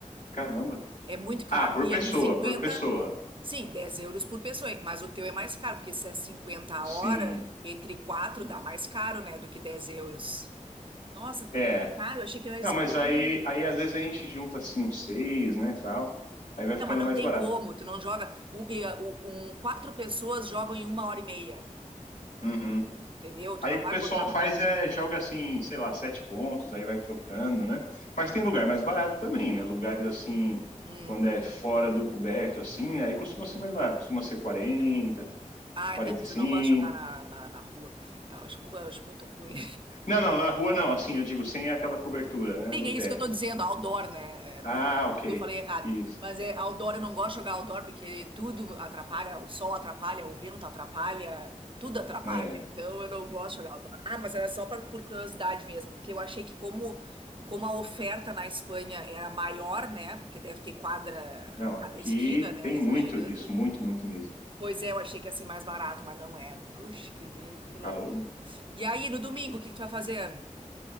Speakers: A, on the left (about 80°); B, on the right (about 40°).
A: Caramba.
B: É muito caro.
A: Ah, por
B: E,
A: pessoa,
B: e 50
A: por pessoa.
B: sim, 10 euros por pessoa. Mas o teu é mais caro, porque se é 50 a
A: Sim.
B: hora, entre 4 dá mais caro, né, do que 10 euros. Nossa, como
A: É.
B: é caro? Eu achei que era a
A: Não,
B: Espanha.
A: mas aí, aí às vezes a gente junta assim uns seis, né, tal. Aí vai ficando
B: Não, mas não
A: mais
B: tem
A: barato.
B: como. Tu não joga. Um, e, uh, um- quatro pessoas jogam em uma hora e meia.
A: Uhum.
B: Entendeu? Tu
A: Aí
B: não
A: o que
B: vai
A: o pessoal
B: botar
A: faz
B: mais.
A: é joga assim, sei lá, sete pontos, aí vai trocando, né? Mas tem lugar mais barato também, né? Lugares assim,
B: Hum.
A: quando é fora do coberto, assim, né? Aí costuma ser mais barato, costuma ser quarenta,
B: Ah,
A: quarenta
B: não, mas
A: e cinco.
B: eu não gosto de jogar na, na, na rua. Eu acho, eu acho muito ruim.
A: Não, não, na rua não, assim, eu digo, sem aquela cobertura, né,
B: Sim,
A: do
B: é
A: teto.
B: isso que eu tô dizendo, outdoor, né? É, No
A: Ah,
B: caso,
A: ok,
B: eu falei errado.
A: isso.
B: Mas é outdoor, eu não gosto de jogar outdoor porque tudo atrapalha, o sol atrapalha, o vento atrapalha, tudo atrapalha.
A: É,
B: Então eu não gosto de jogar outdoor. Ah, mas era só pra, por curiosidade mesmo, porque eu achei que como, como a oferta na Espanha era maior, né? Porque deve ter quadra
A: não,
B: em cada
A: aqui
B: esquina, né?
A: tem
B: Exagerando.
A: muito disso, muito, muito mesmo.
B: Pois é, eu achei que ia ser mais barato, mas não é. Puxa, que vi, que loucura.
A: Alô?
B: E aí, no domingo, o que que tu vai fazer?